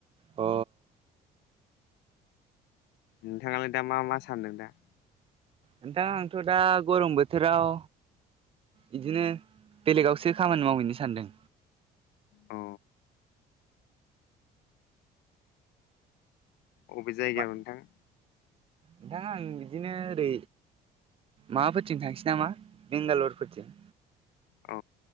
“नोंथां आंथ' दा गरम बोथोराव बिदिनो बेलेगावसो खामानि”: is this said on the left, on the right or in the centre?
Right